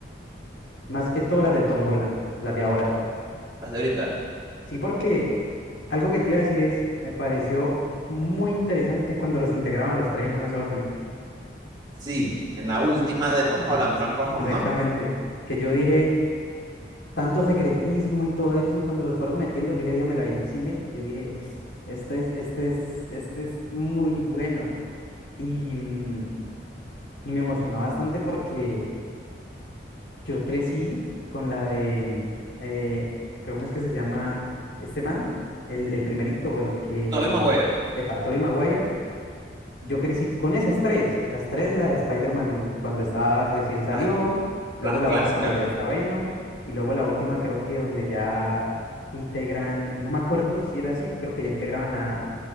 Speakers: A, on the left; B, on the right.
A: más que todas las de Tom Holland, las de ahora.
B: ¿Las de ahorita?
A: Sí, porque algo que te iba a decir es, me pareció muy interesante cuando los integraban los tres en una sola película.
B: Sí, en la última de Tom
A: Ajá,
B: Holland, Frank for Home,
A: exactamente.
B: ¿no?
A: Que yo dije, tanto secretismo y todo eso, y cuando los fueron metiendo, yo ese día me la vi en cine, yo dije, esto es, esto es, esto es muy bueno. Y, mm, y me emocionó bastante porque... Yo crecí con la de, eh, ¿cómo es que se llama Esteban, El, el primerito, el que,
B: Tobey Maguire,
A: Epa, Tobey Maguire. Yo crecí con esas tres, las tres, la de Spider-Man cuando estaba recién salió,
B: las,
A: luego
B: las
A: la
B: clásicas.
A: otra cuando ya está Venom, y luego la última creo que donde ya integran, no me acuerdo si era así, creo que ya integraban a,